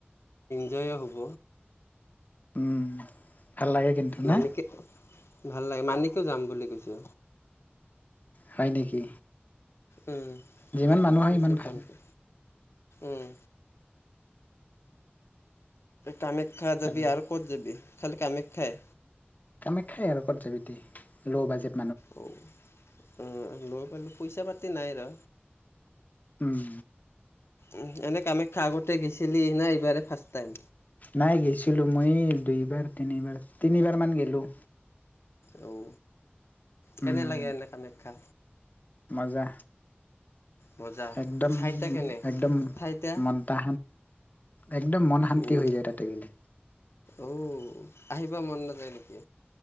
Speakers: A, on the left; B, on the left.
A: জয়ো হ'ব।
B: উম। ভাল লাগে কিন্তু
A: মানিকে
B: না।
A: ভাল লাগে মানেটো যাম বুলি কৈছো।
B: হয় নেকি।
A: উম,
B: যিমান
A: তখনে
B: মানুহ হয়
A: কৈছে
B: সিমান ভাল
A: ফোনটো উম কামাখ্যা যাবি
B: যাবলে
A: আৰু ক'ত যাবি। খালী কামাখ্যায়ে।
B: কামাখ্যাই আৰু ক'ত যাবি দি, ল' বাজেত
A: অঁ, ল' পালো পইচা পাতি নাই ৰ।
B: উম
A: উম এনে কামাখ্যা আগতে গিছিলি নাই এইবাৰে ফাষ্ট টাইম।
B: নাই গৈছিলো, মই এই দুইবাৰ তিনিবাৰ, তিনিবাৰ মান গেলো।
A: অও। কেনে
B: উম
A: লাগে এনে কামাখ্যা।
B: মজা।
A: মজা
B: একদম-
A: ঠাইটা কেনে
B: একদম
A: ঠাইটা
B: মন তা একদম মন শান্তি
A: উম,
B: হৈ যায় তাতে গ'লে।
A: অ আহিব মন নাযায় নেকি।